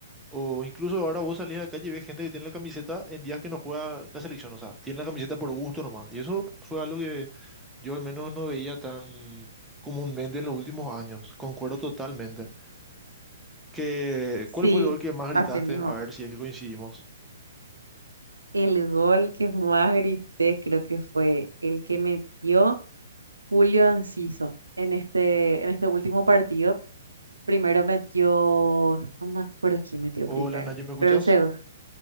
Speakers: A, in the centre; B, on the right.
A: o incluso ahora vos salís a la calle y ves gente que tiene la camiseta en días que no juega la selección, o sea, tiene la camiseta por gusto nomás, y eso fue algo que yo al menos no veía tan comúnmente en los últimos años, concuerdo totalmente. Que,
B: Sí,
A: ¿cuál fue el gol que más gritaste?
B: así mismo.
A: A ver si es que coincidimos.
B: El gol que más grité creo que fue el que metió Julio Enciso en este, en este último partido. Primero metió, no me acuerdo quién metió
A: Hola,
B: primero,
A: Naye, ¿me escuchás?
B: pero el segundo.